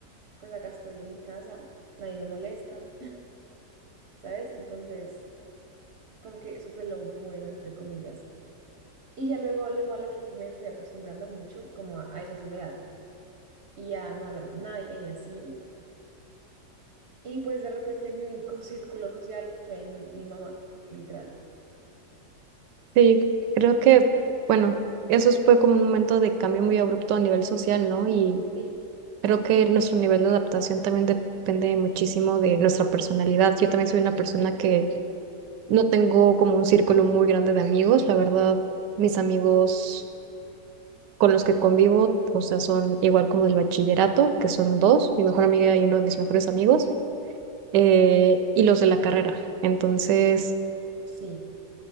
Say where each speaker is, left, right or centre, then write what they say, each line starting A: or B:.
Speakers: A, on the right; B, on the right.
A: pues acá estoy en mi casa, nadie me molesta, ¿sabes? Entonces, como que eso fue lo bueno, entre comillas. Y ya luego lo malo fue que me fui acostumbrando mucho como a, a esa soledad y a no hablar con nadie y así. Y pues de repente mi único <laughs> círculo social fue mi, mi mamá, literal.
B: Sí, creo
A: Mm.
B: que, bueno,
A: Ujú.
B: eso fue como un momento de cambio muy abrupto a nivel social, ¿no? Y
A: Sí,
B: Creo que nuestro nivel de adaptación también depende muchísimo de nuestra personalidad. Yo también soy una persona que no tengo como un círculo muy grande de amigos. La verdad, mis amigos con los que convivo, o sea, son igual como del bachillerato, que son dos, mi mejor amiga y uno de mis mejores amigos, eh, y los de la carrera. Entonces,
A: sí,